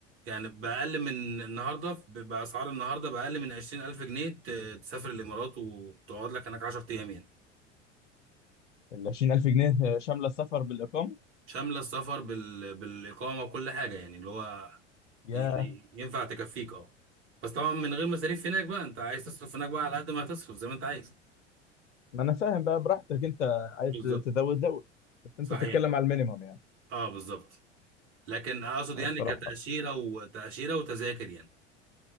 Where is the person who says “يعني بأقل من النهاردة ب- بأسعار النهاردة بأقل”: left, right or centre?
Right